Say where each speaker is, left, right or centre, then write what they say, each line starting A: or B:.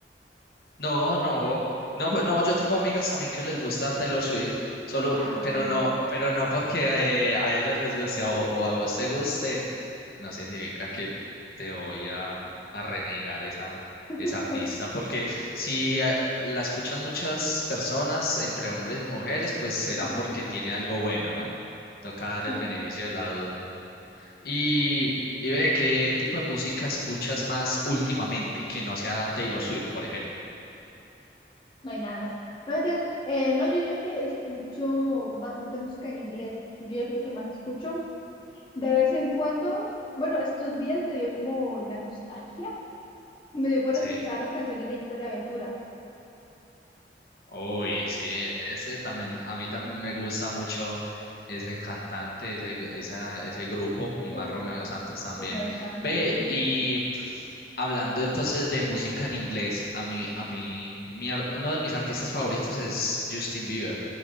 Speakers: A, on the left; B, on the left.
A: no, no, no, pues, no, yo tengo amigas también que les gusta Taylor Swift, solo,
B: Ah.
A: pero no, pero no porque eh, a ellas les guste o, o a vos te guste, no significa que te voy a, a renegar esa,
B: <laughs>
A: esa artista, porque si eh, la escuchan muchas personas, entre hombres y mujeres, pues será
B: Ujú,
A: porque tiene algo bueno, ¿no? Toca dar
B: Sí,
A: el beneficio de la duda. Y, y ve, ¿qué tipo de música escuchas más últimamente que no sea Taylor Swift, por ejemplo?
B: no hay nada más. No mentiras. Eh, no, yo diría que escucho bastante música en inglés. Yo diría que lo que más escucho. De vez en cuando, bueno, estos días me dio como la nostalgia. Me dio por
A: Sí.
B: escuchar las canciones viejitas de Aventura.
A: Uy, sí, ese también, a mí también me gusta mucho ese cantante, ese, gru- esa, ese grupo y más
B: El grupo,
A: Romeo Santos también.
B: Romeo Santos.
A: Ve,
B: ujú.
A: y hablando entonces de música en inglés, a mí, a mí, mi ar- uno de mis artistas favoritos es Justin Bieber.